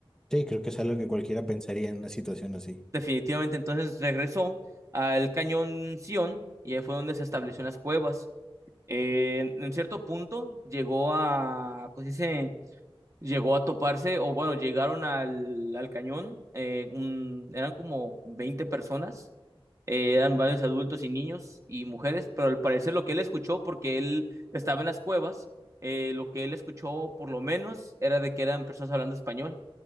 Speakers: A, in the centre; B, on the right.
A: Sí, creo que es algo que cualquiera pensaría en una situación así.
B: Definitivamente, entonces regresó al cañón Sion y ahí fue donde se estableció en las cuevas. Eh, en cierto punto llegó a, ¿cómo se dice? Llegó a toparse, o bueno, llegaron al, al cañón, eh, un- eran como 20 personas, eh, eran varios adultos y niños y mujeres, pero al parecer lo que él escuchó, porque él estaba en las cuevas, eh, lo que él escuchó por lo menos era de que eran personas hablando español,